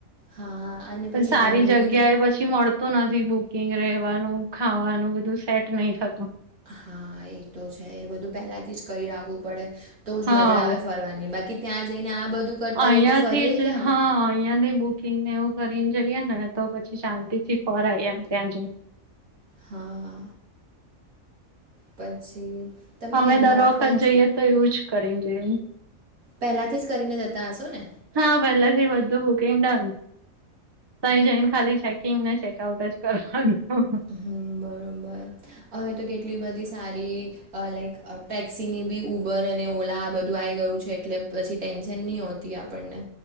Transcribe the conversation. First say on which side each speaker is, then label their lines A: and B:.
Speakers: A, on the right (about 80°); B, on the right (about 20°).
A: હા અને પછી
B: સારી
A: ઘરનું
B: જગ્યાએ
A: બી
B: પછી મળતું નથી બુકિંગ રેવાનું ખાવાનું બધું સેટ નહી થતું
A: હા એ તો છે એ બધું પેલાથી જ કરી રાખવું પડે. તો જ
B: હા
A: મજા આવે ફરવાની બાકી ત્યાં જઈને આ બધું કરતા
B: અહીયાથી
A: રહીએ તો ફરીએ
B: જ
A: ક્યારે
B: હા અહીયાથી બુ કિંગ ને એવું કરીને જઈએ ને તો પછી શાંતિ થી ફરાઈ એમ ત્યાં જઈ
A: હા પછી તમે
B: અમે દર
A: નોર્થ
B: વખત
A: બાજુ
B: જઈએ તો એવું જ કરીને જઈએ
A: પહેલાથી જ કરીને જતા હશો ને
B: હા પહેલા થી બધું બુકિંગ ડન તઈ જઈને ખાલી ચેકિંગને ચેકઆઉટ જ કરવાનું
A: હમ્મ બરોબર હવે તો કેટલી બધી સારી લાઈક ટેક્સીની બી ઉબર અને ઓલા આ બધું આવી ગયું છે. એટલે પછી ટેન્શન નહીં હોતી આપણને